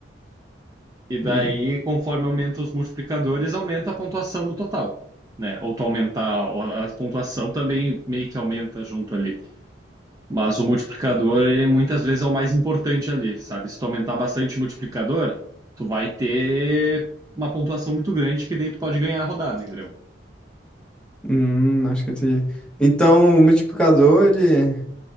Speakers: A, on the right (about 20°); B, in the centre.
A: E daí,
B: Hum,
A: conforme aumenta os multiplicadores, aumenta a pontuação no total, né? Ou tu aumentar ou a pontuação também meio que aumenta junto ali. Mas o multiplicador, ele muitas vezes é o mais importante ali, sabe? Se tu aumentar bastante o multiplicador, tu vai ter uma pontuação muito grande que daí tu pode ganhar a rodada, entendeu?
B: hum, acho que eu entendi. Então, o multiplicador, ele,